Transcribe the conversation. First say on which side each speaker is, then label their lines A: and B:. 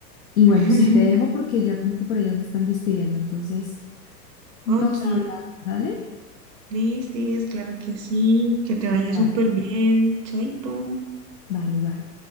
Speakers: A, on the left; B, on the right.
A: Y bueno,
B: <laughs>
A: sí, te dejo porque ya como que por allá se están despidiendo, entonces nos
B: Ok,
A: hablamos, ¿dale?
B: Listis, claro que sí, que te vaya
A: Dale.
B: súper bien, chaito.
A: Vale, vale.